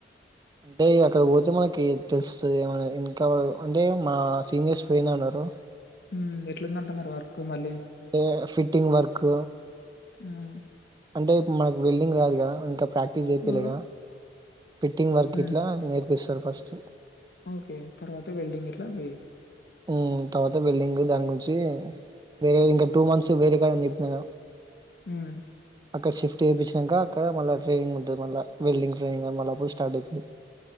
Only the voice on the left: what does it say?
మ్మ్మ్ ఎట్లుందంట మీరు వర్క్ మళ్ళీ
హ్మ్
హ్మ్.
హ్మ్.
ఓకే తర్వాత వెల్డింగ్ ఇట్లా అవి
హ్మ్